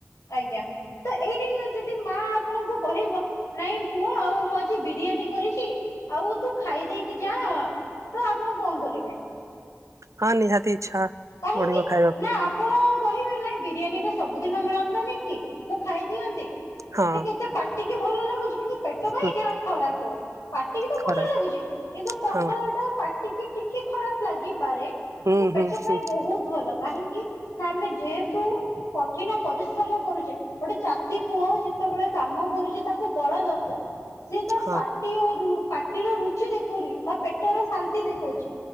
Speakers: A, on the left; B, on the right.
A: ଆଜ୍ଞା, ତ ଏଇଠି ଯଦି ମା ଆପଣଙ୍କୁ କହିବ ନାଇଁ ପୁଅ ଆଉ ମୁଁ ଆଜି ବିରିୟାନୀ କରିଛି ଆଉ ତୁ ଖାଇଦେଇକି ଯା। ତ ଆପଣ କଣ କରିବେ?
B: ହଁ ନିହାତି ଇଛା
A: କାହିଁକି
B: ବଢ଼ିବ ଖା
A: ନା ଆପଣ କହିବେ ନାଇଁ ବିରିୟାନୀ ଟା ସବୁଦିନ ମିଳନ୍ତାନି କି, ମୁଁ ଖାଇ ଦିଅନ୍ତି।
B: ହଁ।
A: ମତେ ପାଟିକି ଭଲ ଲାଗୁଚି। କିନ୍ତୁ ପେଟ ପାଇଁ
B: ହୁଁ
A: ଯାହା ଖରାପ। ପାଟିକି ତ
B: ଖରାପ
A: ଭଲ ଲାଗୁଛି। କିନ୍ତୁ ପଖାଳଟା
B: ହଁ
A: ପାଟ ଟିକି ଟିକେ ଖରାପ ଲାଗିପାରେ। କିନ୍ତୁ
B: ହୁଁ ହୁଁ।
A: ପେଟ ପାଇଁ
B: ହୁଁ
A: ବହୁତ ଭଲ। କାହିଁକି ନା ଆମେ ଯେହେତୁ କଠିନ ପରିଶ୍ରମ କରୁଚେ, ଗୋଟେ ଚାଷୀ ପୁଅ ଯେତେବେଳେ କାମ କରୁଚି ତାକୁ ବଳ ଦର କାର। ସେ ତା ପାଟ
B: ହଁ
A: ପାଟି ଆଉ ରୁ ପାଟିର ରୁଚି ଦେଖୁନି ତା ପେଟର ଶାନ୍ତି ଦେଖୁଛି।